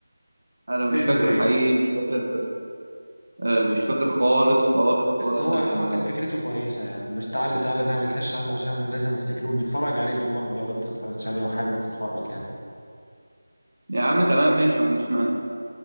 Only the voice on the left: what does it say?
anyway
بس هو
هو كان فكرته كويسه يعني بس تعالى تعالى نعمل سيرش عنه عشان انا لازم افتكره ونتفرج عليه بالمره لو انت اتفرجتش عليه وحابب تتفرج يعني